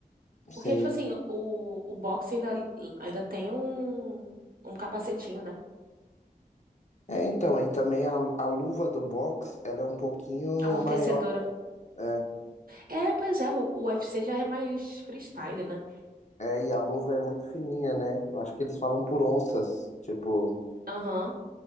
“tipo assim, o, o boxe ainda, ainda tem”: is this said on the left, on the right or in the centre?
Right